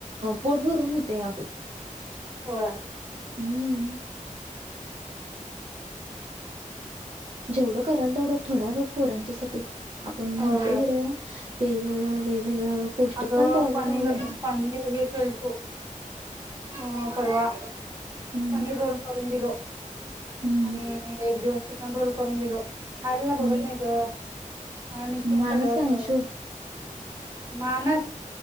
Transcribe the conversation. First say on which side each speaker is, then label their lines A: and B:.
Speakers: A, on the right; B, on the right.
A: पोट भरून होते अग.
B: होय
A: हम्म जेवढं करा तेवढं थोडा बघ पोरांच्या साठी आपण
B: होय
A: म्हणतय
B: होय
A: खर वेगवेगळं वेगवेगळं पौष्टिक
B: अग
A: पण तेवढंच
B: पनीर
A: आहे मी
B: पनीर हे केलतो हम्म परवा.
A: हम्म
B: पनीर रोल करून दिलो.
A: हम्म
B: आणि एक दिव चिकन रोल करून दिलो. खायला ना
A: हम्म
B: बघत नाही ग. हा निसतेन
A: माणूस
B: सगळं
A: काय
B: क
A: अंशू
B: मानस